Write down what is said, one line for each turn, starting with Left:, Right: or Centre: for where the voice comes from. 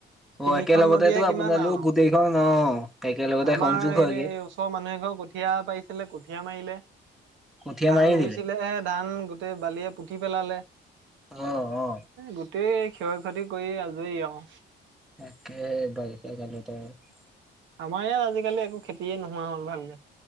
Right: তিনিখন
Centre: অ ', একেলগতে
Right: নদীয়ে
Centre: তো
Right: কিমান
Centre: আপোনালোক
Right: আৰু
Centre: গোটেইখন অ, একেলগতে
Right: আমাৰ
Centre: সংযোগ হয়
Right: এই ওচৰৰ মানুহ এ ঘৰ কঠীয়া পাৰিছিলে, কঠীয়াা মাৰিলে
Centre: কঠীয়া
Right: ধান
Centre: মাৰি
Right: ৰুইছিলে,
Centre: দিলে।
Right: ধান গোটেই বালিয়ে পুতি পেলালে
Centre: অ অ
Right: গোটই ক্ষয় ক্ষতি কৰি আজৰি আৰু
Centre: <unintelligible>
Right: আমাৰ ইয়াত আজিকালি একো খেতিয়ে নোহোৱা হ'ল ভালকে